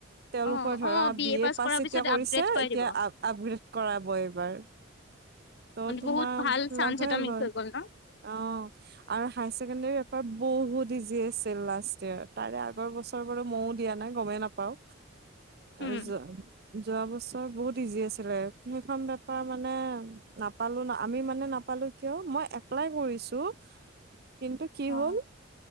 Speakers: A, on the right (about 50°); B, on the left (about 55°).
A: তেওঁলোকৰ
B: অ
A: ধৰা
B: অ
A: বি এ পাছ
B: কৰাৰ
A: এতিয়া
B: পিছত
A: কৰিছে,
B: আপগ্ৰেড কৰাই
A: এতিয়া
B: দিব
A: আ আপগ্ৰেড কৰাব এই বাৰু অ তোমাৰ
B: বহুত ভাল চান্স
A: লাভে
B: এটা মিচ
A: হয়,
B: হৈ গ'ল ন
A: অ। আৰু হায়াৰ ছেকেণ্ডৰী পেপাৰ বহুত ইজি আছিল লাষ্ট ইয়েৰ। তাৰে আগৰ বছৰ বাৰু মইও দিয়া নাই গমেই নাপাও। আৰু
B: উম
A: য যোৱা বছৰ বহুত ইজি আছিলে। সেইখন পেপাৰ মানে নাপালো আমি মানে নাপালো কিয় মই এপ্লাই কৰিছো কিন্তু কি
B: অ
A: হ'ল